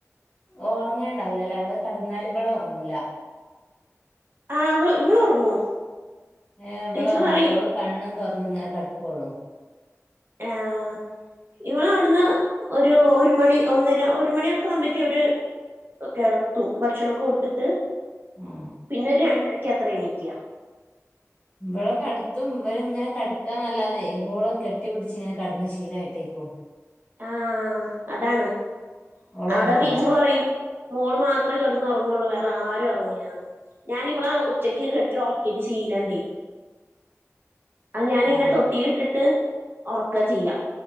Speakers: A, on the left; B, on the right.
A: ഉറങ്ങേണ്ടാവില്ലല്ലോ അവിടെ കടന്നാലും ഇവള് ഉറങ്ങൂല്ല.
B: ആ അവള് ഇവള് ഉറങ്ങും
A: ഏ് ഇവിളറങ്ങുലാ
B: ടീച്ചർ പറയും
A: ഓള് കണ്ണും തുറന്ന് ഇങ്ങനെ കിടക്കുവുള്ളൂ
B: ഏഹ് ഇവള് ഇവിടുന്ന് ഒരു ഒരു മണി ഒന്നര ഒരു മണിയൊക്കെ ആവുമ്പോക്കും അവര് കെടത്തും ഭക്ഷണൊക്കെ കൊടുത്തിട്ട്
A: മ്
B: പിന്നെ ഒരു രണ്ടരക്ക് അത്ര എണീക്ക
A: ഇപ്പളെ കടത്തും ഇപ്പൾ ഇങ്ങനെ കടക്കാന്ന് അല്ലാതെ ഓളെ കെട്ടി പിടിച്ച് ഇങ്ങനെ കടന്ന് ശീലയിട്ടെകും
B: ആഹ് അതാണ്
A: ഓള്
B: അവിടെ
A: ഉറങ്ങൂല
B: ടീച്ചർ പറയും മോള് മാത്രമേ കിടന്ന് ഉറങ്ങുള്ളൂ വേറെ ആരും ഉറങ്ങൂല്ലന്ന് ഞാനിവിള ഉച്ചക്കെ കെടത്തി ഉറക്കിയിട്ട് ശീലണ്ടേ അത് ഞാനിങ്ങനെ
A: ആ
B: തൊട്ടിൽട്ടിട്ട് ഉറക്ക ചെയ്യ